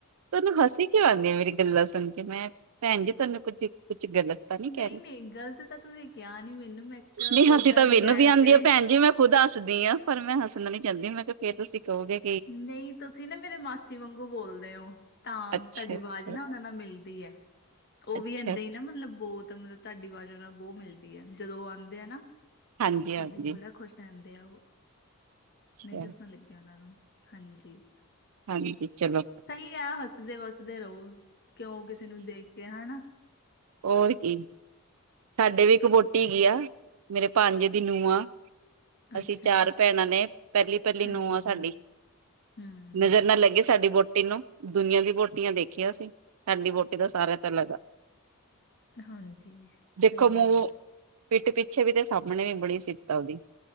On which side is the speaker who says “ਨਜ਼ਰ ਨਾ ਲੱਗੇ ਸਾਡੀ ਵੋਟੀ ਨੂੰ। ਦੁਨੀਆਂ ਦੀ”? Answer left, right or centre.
Right